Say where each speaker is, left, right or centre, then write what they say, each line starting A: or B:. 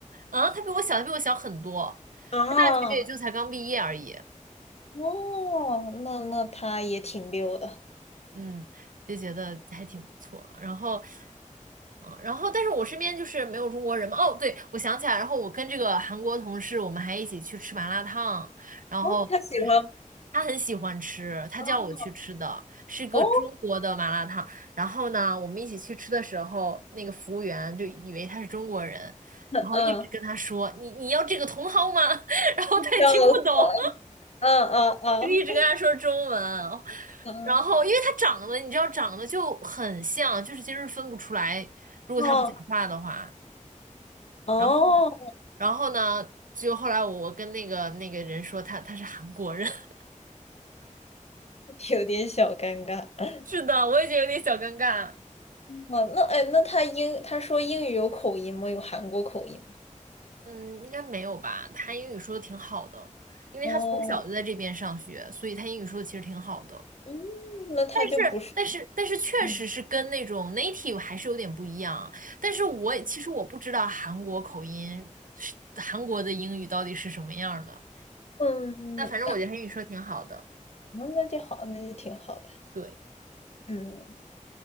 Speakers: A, on the right (about 85°); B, on the left (about 55°).
A: 啊，他比我小，他比我小很多，
B: 啊，
A: 他大学也就才刚毕业而已，
B: 哦，那那他也挺溜的。
A: 嗯，就觉得还挺不错。然后，嗯，然后但是我身边就是没有中国人嘛。哦，对，我想起来，然后我跟这个韩国同事，我们还一起去吃麻辣烫，然后就是
B: 哦，他喜欢
A: 他很喜欢吃，他叫我去吃的，
B: 哦，
A: 是个中国的麻辣烫。
B: 哦，
A: 然后呢，我们一起去吃的时候，那个服务员就以为他是中国人。然后一直跟他说：
B: 嗯，
A: “你你要这个茼蒿吗？” <laughs> 然后他也听不懂。
B: 笑死，嗯嗯嗯
A: 就一直跟他说中文，
B: 嗯
A: 然后因为他长得，你知道长得就很像，就是其实分不出来，如果他不讲话的话。
B: 哦哦，
A: 然后，然后呢，就后来我跟那个那个人说他他是韩国人，<laughs>
B: 有点小尴尬。嗯
A: 是的，我也觉得有点小尴尬。
B: 哦，那哎，那他英他说英语有口音吗？有韩国口音吗？
A: 嗯，应该没有吧？他英语说的挺好的，因为他从小就在这边上学，
B: 哦，
A: 所以他英语说的其实挺好的。
B: 嗯，那他就不是，
A: 是，但是但是确实是跟那种
B: 嗯
A: native 还是有点不一样。但是我也其实我不知道韩国口音是韩国的英语到底是什么样儿的。
B: 嗯，
A: 但反正我觉得韩语说挺好的。
B: 嗯那就好，那就挺好的。
A: 对，
B: 嗯，